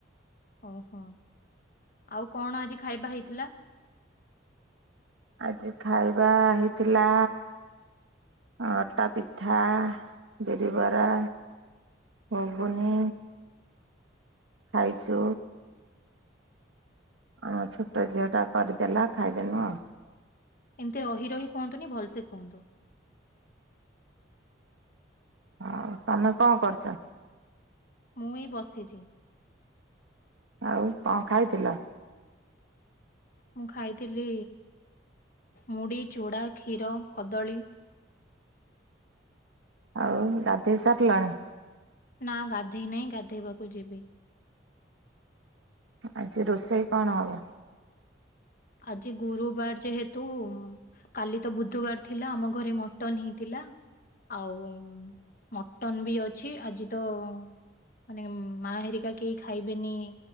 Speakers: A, on the left (about 45°); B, on the right (about 85°).
A: ଓହୋ ଆଉ କଣ ଆଜି ଖାଇବା ହେଇଥିଲା?
B: ଆଜି ଖାଇବା ହେଇଥିଲା ଅଟା ପିଠା ବିରି ବରା ଭୁଗୁନି ଖାଇଛୁ। ହଁ ଛୋଟ ଝିଅ ଟା କରିଦେଲା ଖାଇଦେନୁ ଆଉ
A: ଏମିତି ରହି ରହି କୁହନ୍ତୁନି ଭଲ ସେ କୁହନ୍ତୁ।
B: ହଉ ତମେ କଣ କରୁଛ?
A: ମୁଁ ଏଇଁ ବସିଛି।
B: ଆଉ କଣ ଖାଇଥିଲ?
A: ମୁଁ ଖାଇଥିଲି ମୁଢି ଚୁଡା କ୍ଷୀର କଦଳୀ
B: ଆଉ ଗାଧୋଇ ସାରିଲାଣି?
A: ନା ଗାଧେଇ ନାହିଁ ଗାଧୋଇବାକୁ ଯିବି
B: ଆଜି ରୋଷେଇ କଣ ହବ?
A: ଆଜି ଗୁରୁବାର ଯେହେତୁ କାଲି ତ ବୁଧବାର ଥିଲା ଆମ ଘରେ ମଟନ ହେଇଥିଲା। ଆଉ ମଟନ ବି ଅଛି ଆଜି ତ ମାନେ ମା ହେରିକା କେହି ଖାଇବେନି